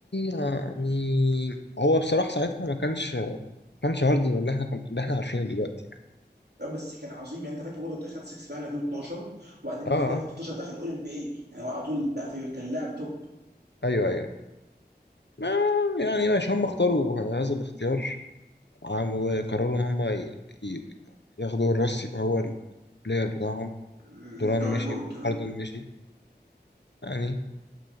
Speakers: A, on the left; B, on the right.
A: يعني هو بصراحة ساعتها ما كانش ما كانش هاردن اللي احنا كنا اللي احنا عارفينه دلوقتي يعني.
B: لا، بس كان عظيم يعني انت فاكر برضه بتاع خد 6 مان 2012 وبعدين
A: اه اه
B: بعدها في 2013 دخل اول ام بي اي يعني هو على طول بقى في كان لاعب توب
A: ايوه ايوه ما يعني ماشي هم اختاروا هذا الاختيار عم- وقرروا ان هم ي- ي- ياخدوا الراس يبقى هو البلاير بتاعهم
B: الجاي
A: دوران مشي
B: هورد
A: وهاردن مشي يعني